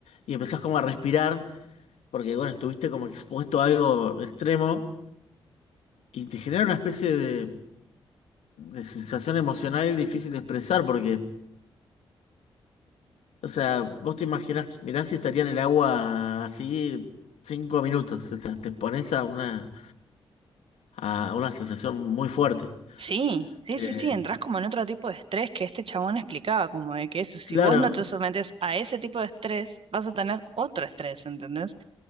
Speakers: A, on the left; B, on the right.
A: y empezás como a respirar, porque bueno, estuviste como expuesto a algo extremo, y te genera una especie de, de sensación emocional difícil de expresar, porque O sea, vos te imaginás que mirá si estaría en el agua así cinco minutos. O sea, te pones a una, a una sensación muy fuerte.
B: Sí, sí,
A: Eh,
B: sí, sí, entras como en otro tipo de estrés que este chabón explicaba, como de que eso, si
A: claro,
B: vos no te sometes a ese tipo de estrés, vas a tener otro estrés, ¿entendés?